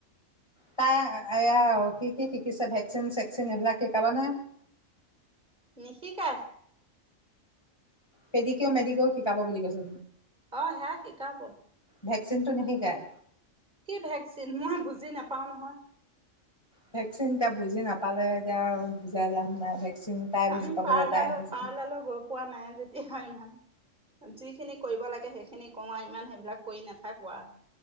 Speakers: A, on the left; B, on the right.
A: তাই এয়া কি কি শিকিছে? ভেকচিন- চেক, ভেকচিন এইবিলাক শিকাবানে?
B: নিশিকায়।
A: পেডিকেও -মেডিকেও শিকাব বুলি কৈছে,
B: অ সেয়া শিকাব।
A: ভেকচিনটো নিশিকায়?
B: কি ভেকচিন মই বুজি নাপাও নহয়
A: ভেকচিন এতিয়া বুজি নাপালে এতিয়া আৰু বুজাই লাভ নাই। ভেকচিন তাই বুজি
B: আমি
A: পাব
B: পাৰডাল
A: যে তাই আহে যদি
B: পাৰডালো গৈ পোৱা নাই যেতি এতি ইমান যিখিনি কৰিব লাগে সেইখিনি কওঁ আৰু ইমান সেইবিলাক কৰি নাথাকো আৰু